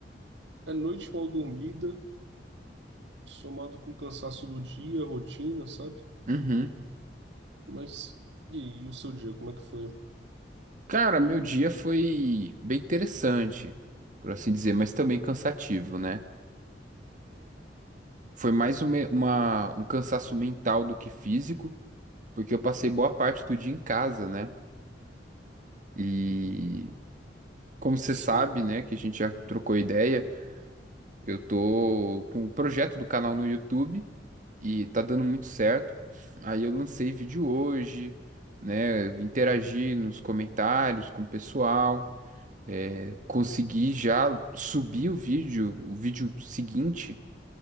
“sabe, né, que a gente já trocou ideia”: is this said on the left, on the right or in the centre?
Right